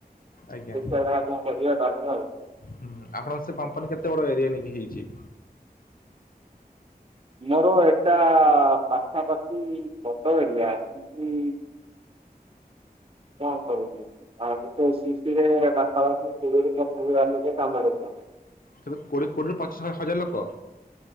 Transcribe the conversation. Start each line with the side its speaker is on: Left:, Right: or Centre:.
Left: ଆଜ୍ଞା
Right: ଦେଖିବା ଯାହା କଣ କରିବା ତା ପରେ ଆଉ।
Left: ହୁଁ ଆପଣଙ୍କ ସେ କମ୍ପାନୀ କେତେ ବଡ ଏରିଆ ନେଇକି ହେଇଛି?
Right: ମୋର ଏଟା ପାଖାପାଖି ବଡ ଏରିଆ ଏମତି କଁ କହିବି? ଆଉ ଦେଖିବ ସିଟିରେ ପାଖାପାଖି କୋଡିଏ ରୁ ପଚିଶ ହଜାର ଲୋକ କାମ କରୁଛନ୍ତି।
Left: ତେବେ କୋଡିଏ କୋଡିଏ ରୁ ପଚିଶ ହଜାର ଲୋକ।